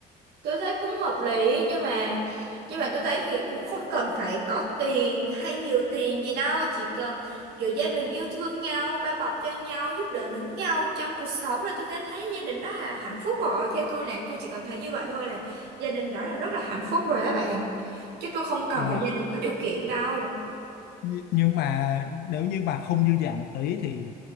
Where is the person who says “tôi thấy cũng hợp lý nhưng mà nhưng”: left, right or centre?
Right